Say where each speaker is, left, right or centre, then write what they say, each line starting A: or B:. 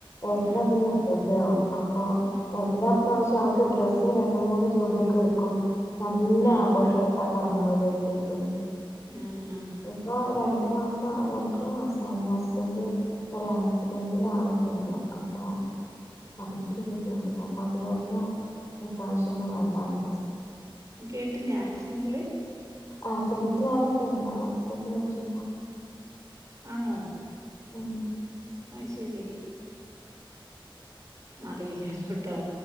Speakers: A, on the left; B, on the right.
A: ഏട്ടനത്
B: ആഹ്
A: നിർബന്ധവാവും. അപ്പൊ
B: ആഹ്
A: എല്ലാ പ്രാവിശ്യം അവു ഇക്ക് ഡ്രസ്സ് രണ്ടു മൂന്ന് ജോടിയൊക്കെ എടുക്കും. നല്ല
B: ആഹ്
A: ആഘോഷവായിട്ടാ. പക്ക് <unintelligible> കഴിക്കെപ്പളാ
B: ആ ആ
A: ഇപ്പൊ രണ്ടു മാസം രണ്ടര മാസമായി ഹസ്ബെൻഡ്. ഒര് ആക്സിഡെന്റില് ആളിപ്പില്യാ. അപ്പൊ അതിന്റൊര് ഒരു ബുദ്ധിമുട്ട്. അപ്പൊ അതൊണ്ടാ ഈ പ്രാവശ്യമത് വേണ്ടാന്ന് വെച്ചേ.
B: കേട്ടില്ല. ആക്സിഡെന്റില്
A: ആക്സിഡെന്റിൽ ആളിപ്പില്ല. ആക്സിഡെന്റ് പറ്റിയെപ്പോ
B: ആണോ.
A: ഉം
B: അയ് ശെരി അറിയില്ലാരുന്നോട്ടോ.